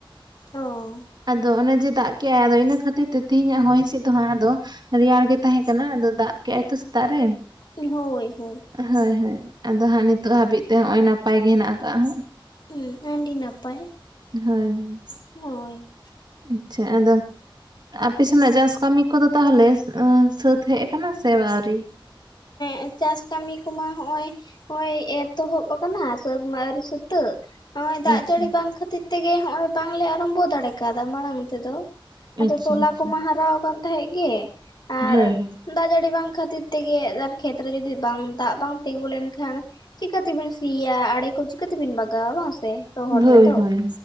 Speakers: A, on the left; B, on the right.
A: ᱚᱸ
B: ᱟᱫᱚ ᱚᱱᱮ ᱡᱮ ᱫᱟᱜ ᱠᱮᱜᱼᱟᱭ ᱟᱫᱚ ᱤᱱᱟᱹ ᱠᱷᱟᱹᱛᱤᱨ ᱛᱮ ᱛᱮᱦᱤᱧᱟᱜ ᱦᱚᱭ ᱦᱤᱸᱥᱤᱫ ᱫᱚ ᱦᱟᱸᱜ ᱟᱫᱚ ᱨᱮᱭᱟᱲ ᱜᱮ ᱛᱟᱦᱮᱸ ᱠᱟᱱᱟ ᱟᱫᱚ ᱫᱟᱜ ᱠᱮᱜᱼᱟᱭ ᱛᱚ ᱥᱮᱛᱟᱜ ᱨᱮ᱾
A: ᱦᱳᱭ ᱦᱳᱭ
B: ᱦᱳᱭ ᱦᱳᱭ ᱟᱫᱚ ᱦᱟᱸᱜ ᱱᱤᱛᱳᱜ ᱦᱟᱹᱵᱤᱡ ᱛᱮ ᱦᱚᱸᱜᱼᱚᱭ ᱱᱟᱯᱟᱭ ᱜᱮ ᱦᱮᱱᱟᱜ ᱠᱟᱜᱼᱟ ᱦᱟᱸᱜ᱾
A: ᱦᱩᱸ ᱟᱹᱰᱤ ᱱᱟᱯᱟᱭ᱾
B: ᱦᱳᱭ ᱦᱮᱸ
A: ᱳᱭ
B: ᱟᱪᱪᱷᱟ ᱟᱫᱚ ᱟᱯᱮ ᱥᱮᱱᱟᱜ ᱪᱟᱥ ᱠᱟᱹᱢᱤ ᱠᱚᱫᱚ ᱛᱟᱦᱞᱮ ᱥᱟᱹᱛ ᱦᱮᱡ ᱟᱠᱟᱱᱟ ᱥᱮ ᱟᱹᱣᱨᱤ?
A: ᱦᱮᱸ ᱪᱟᱥ ᱠᱟᱹᱢᱤ ᱠᱚᱢᱟ ᱦᱚᱜ-ᱚᱭ ᱱᱚᱜ-ᱚᱭ ᱮᱛᱚᱦᱚᱵ ᱟᱠᱟᱱᱟ ᱥᱟᱹᱛ ᱢᱟ ᱟᱣᱨᱤ ᱥᱟᱹᱛ ᱛᱟᱹᱜ ᱱᱚᱜ-ᱚᱭ ᱫᱟᱜ
B: ᱟᱪᱪᱷᱟ
A: ᱡᱟᱹᱲᱤ ᱵᱟᱝ ᱠᱷᱟᱹᱛᱤᱨ ᱛᱮᱜᱮ ᱦᱚᱜ-ᱚᱭ ᱵᱟᱝᱞᱮ ᱟᱨᱚᱢᱵᱚ ᱫᱟᱲᱮ ᱠᱟᱣᱫᱟ ᱢᱟᱲᱟᱝ ᱛᱮᱫᱚ, ᱟᱫᱚ
B: ᱟᱪᱪᱷᱟ
A: ᱛᱚᱞᱟ
B: ᱟᱪᱪᱷᱟ
A: ᱠᱚᱢᱟ ᱦᱟᱨᱟᱣ ᱟᱠᱟᱱ ᱛᱟᱦᱮᱸᱜ ᱜᱮ, ᱟᱨ
B: ᱦᱳᱭ ᱦᱳᱭ
A: ᱫᱟᱜ ᱡᱟᱹᱲᱤ ᱵᱟᱝ ᱠᱷᱟᱹᱛᱤᱨ ᱛᱮᱜᱮ ᱟᱨ ᱠᱷᱮᱛᱨᱮ ᱡᱩᱫᱤ ᱵᱟᱝ ᱫᱟᱜ ᱵᱟᱝ ᱛᱤᱸᱜᱩ ᱞᱮᱱᱠᱷᱟᱱ ᱪᱤᱠᱟᱹ ᱛᱤᱵᱤᱱ ᱥᱤᱭᱟ ᱟᱲᱮ ᱠᱚ ᱪᱤᱠᱟᱹ ᱛᱤᱵᱤᱱ ᱵᱟᱜᱟᱣᱟ ᱵᱟᱝ ᱥᱮ᱾ ᱨᱚᱦᱚᱲ
B: ᱦᱳᱭ
A: ᱨᱮᱫᱚ
B: ᱦᱳᱭ